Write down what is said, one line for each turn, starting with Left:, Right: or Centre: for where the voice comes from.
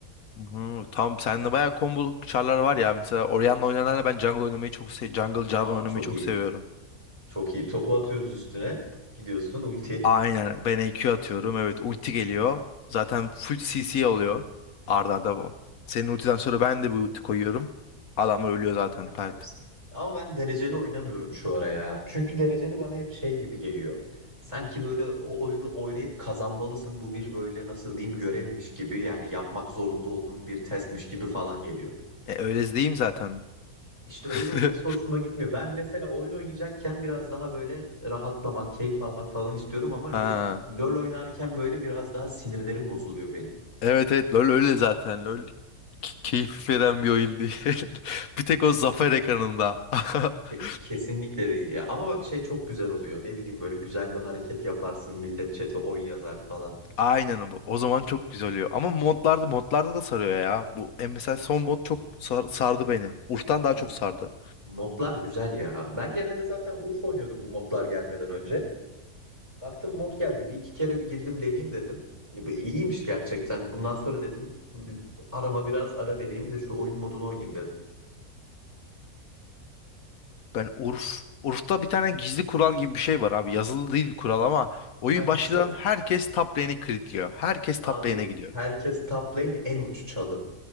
Left: Hı, tam sende bayağı komboluk çarlar var ya. Mesela Orion'la oynananla ben jungle oynamayı çok se jungle
Right: Aa
Left: Jarvan oynamayı
Right: çok
Left: çok
Right: iyi.
Left: seviyorum.
Right: Çok iyi. Topu atıyoruz üstüne. Gidiyorsun ulti.
Left: Aynen ben EQ atıyorum. Evet ulti geliyor. Zaten full CC oluyor. Arda arda. bu. Senin ultiden sonra ben de bir ulti koyuyorum. Adam ölüyor zaten
Right: Tertemiz.
Left: pert.
Right: Ama ben dereceli oynamıyorum şu ara ya. Çünkü dereceli bana hep şey gibi geliyor. Sanki böyle o oyunu oynayıp kazanmalısın. Bu bir böyle nasıl diyeyim görevmiş gibi yani yapmak zorunda olduğum bir testmiş gibi falan geliyor.
Left: E, öyle değil mi zaten?
Right: İşte
Left: <laughs>
Right: öyle olması hoşuma gitmiyor. Ben mesela oyun oynayacakken biraz daha böyle rahatlamak, keyif almak falan istiyorum ama lo-
Left: Ha.
Right: LoL oynarken böyle biraz daha sinirlerim bozuluyor benim.
Left: Evet evet LoL öyle zaten. LoL ke- keyif veren bir oyun değil. <laughs> Bir tek o zafer ekranında. <laughs>
Right: Ke- Kesinlikle değil ya. Ama bak şey çok güzel oluyor. Ne bileyim böyle güzel bir hareket yaparsın. Millet chat'e oy yazar falan.
Left: Aynen bu. O zaman çok güzel oluyor. Ama modlarda modlarda da sarıyor ya. Bu e, mesela son mod çok sar- sardı beni. Urf'tan daha
Right: Mo-
Left: çok sardı.
Right: Modlar güzel ya. Ben genelde zaten Urfa oynuyordum bu modlar gelmeden önce. Baktım mod geldi. Bir iki kere bir girdim deneyeyim dedim. Ya bu İyiymiş gerçekten. Bundan sonra dedim arama biraz ara vereyim de şu oyun modunu oynayayım dedim.
Left: Ben Urf. Urf'ta bir tane gizli kural gibi bir şey var abi. Yazılı değil kural ama oyun
Right: Hangisi?
Left: başlayan herkes top lane'i kilitliyor. Herkes
Right: Abi
Left: top lane'e gidiyor.
Right: herkes top lane en uç çalı.